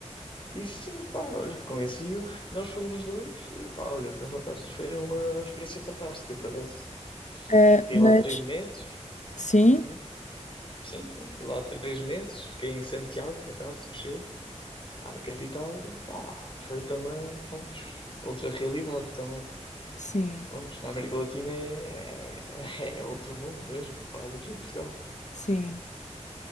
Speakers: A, on the left; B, on the left.
A: E sim, pá, olha, convenci-o. Nós fomos os dois e pá, olha, foi fantástico. Foi uma experiência fantástica, por acaso.
B: Ah,
A: Fiquei
B: mas
A: lá três meses.
B: sim,
A: Hum? Sim, sim, fiquei lá três meses. Fiquei em Santiago, por acaso, do Chile. lá na capital e pá, foi também, prontos, outra realidade também.
B: sim,
A: Porque, prontos, na América Latina é, <laughs> é, é outro mundo, vejo, comparado aqui a Portugal.
B: sim.